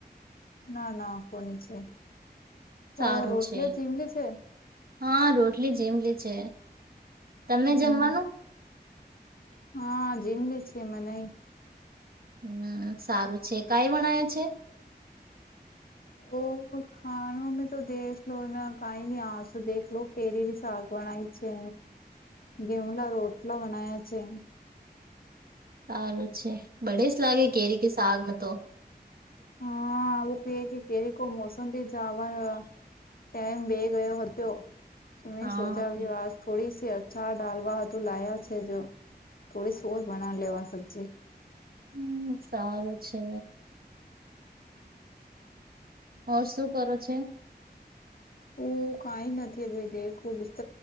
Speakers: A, on the left; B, on the right.
A: ના ના કોની છે,
B: સારું
A: ઓ રોટલી
B: છે
A: જીમલી છે.
B: હા, રોટલી જેમલી છે, તમે
A: હમ
B: જમવાનુ
A: હા, જીમલી છી મનેઈ
B: હમ, સારું છે, કઈ વણાય છે.
A: ઓ ખામેં તો દેખ લો ના કઈ ન, આજ તો દખલો, લો કેરી સાગ બનાઈ છે, ગેઉલા રોટલા બનાયા છે.
B: સારું છે, બડે જ લાગે કેેરી કે શકને તો
A: હા, <unintelligible> વ ક કે કેરી કો મોસમ ભી <unintelligible> વા ટાઈમ બે ગયો હતો, તમે
B: હા
A: સોજા વા થોડી સી અચાર ડાલવા હતુ, લાયા છે. જો થોડી સ ઓર બના લેવા સબ્જી
B: હમ, સારુ છે. ઓર, શું કરો છે?
A: હું કઈ નથી, <unintelligible> હ ભ દેખું બિસ્ત